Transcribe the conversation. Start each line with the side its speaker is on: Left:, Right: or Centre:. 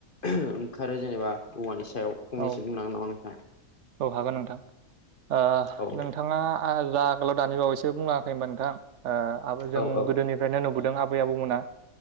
Left: ओंखारो जेनेबा औवानि सायाव फंनैसो
Right: औ
Left: बुंनांगोन नामा नोंथाङा?
Right: औ हागोन नोंथां ओ
Left: औ
Right: नोंथाङा जा आगोलाव दानि बावैसो बुङाखै होनबा नोंथां। ओ आब जों
Left: औ औ
Right: गोदोनिफ्रायनो नुबोदों आबै आबौमोना